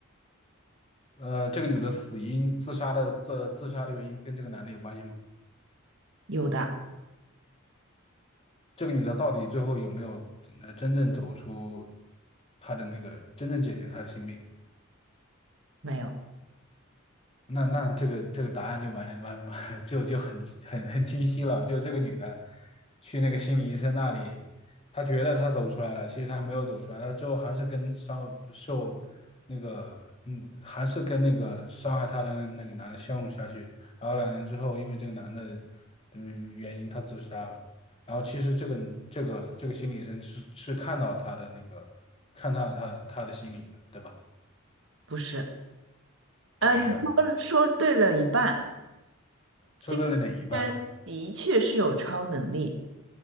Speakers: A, on the left (about 30°); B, on the right (about 65°).
A: 呃，这个女的死因自杀的自自杀的原因跟这个男的有关系吗？
B: 有的，
A: 这个女的到底最后有没有呃真正走出她的那个真正解决她的心病？
B: 没有，
A: 那那这个这个答案就蛮蛮蛮 <laughs> 就就很很很清晰了，就这个女的去那个心理医生那里，她觉得她走出来了，其实她没有走出来，她最后还是跟伤受那个嗯，还是跟那个伤害她的那个男的相处下去，然后两年之后，因为这个男的嗯原因，她自杀了。然后其实这个这个这个心理医生是是看到她的那个看到她她的心理了，对吧？
B: 不是。
A: 不是，
B: 呃，你说说对了一半，
A: 说到了哪一半？
B: 这个人的确是有超能力，